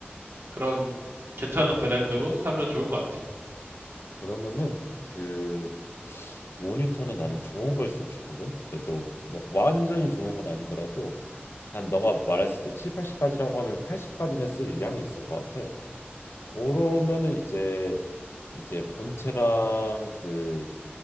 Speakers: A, on the right; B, on the left.
A: 그런 괜찮은 브랜드로 사면 좋을 것 같아.
B: 그러면은 그 모니터는 나는 좋은 걸 쓰고 싶거든. 그래도 뭐 완전히 좋은 건 아니더라도 한 너가 말했을 때 7, 80까지라고 하면 80까지는 쓸 의향이 있을 것 같아. 그러면은 이제 이제 본체랑 그